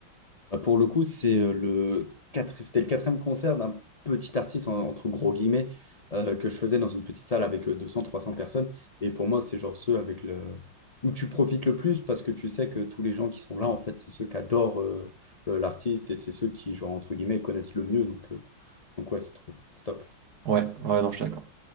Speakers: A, on the left; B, on the right.
A: Bah, pour le coup, c'est euh, le quatre- c'était le quatrième concert d'un petit artiste, en- entre gros guillemets, euh, que je faisais dans une petite salle avec 200-300 personnes. Et pour moi, c'est genre ceux avec le... où tu profites le plus parce que tu sais que tous les gens qui sont là, en fait, c'est ceux qui adorent euh, euh, l'artiste et c'est ceux qui, genre, entre guillemets, connaissent le mieux. Donc, euh, donc ouais, c'est trop, c'est top.
B: Ouais, ouais, non, je suis d'accord.